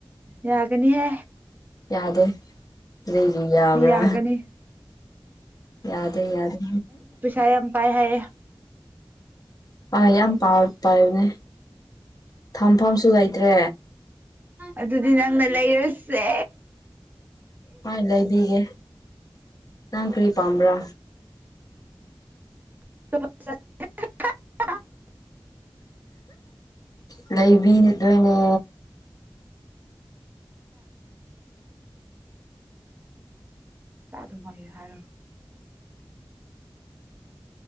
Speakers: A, on the right (about 20°); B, on the left (about 45°).
A: ꯌꯥꯒꯅꯤꯍꯦ
B: ꯌꯥꯗꯦ ꯊꯔꯤꯒ ꯌꯥꯕ꯭ꯔꯥ
A: ꯌꯥꯒꯅꯤ
B: ꯌꯥꯗꯦ ꯌꯥꯗꯦ
A: ꯥꯏꯝ ꯄꯥꯏ ꯍꯥꯏꯌꯦ
B: ꯍꯥꯏ ꯌꯥꯝ ꯄ ꯄꯥꯏꯕꯅꯦ ꯊꯝꯐꯝꯁꯨ ꯂꯩꯇ꯭ꯔꯦ
A: ꯑꯗꯨꯗꯤ ꯅꯪꯅ ꯂꯩꯔꯁꯦ
B: ꯃꯥꯏ ꯂꯩꯕꯤꯒꯦ ꯅꯪ ꯀꯔꯤ ꯄꯥꯝꯕ꯭ꯔꯥ
A: <unintelligible>
B: ꯏ ꯂꯩꯕꯤꯅꯦꯗꯣꯏꯅꯦ
A: ꯇꯥꯗꯨ ꯐ ꯍꯥꯏꯔ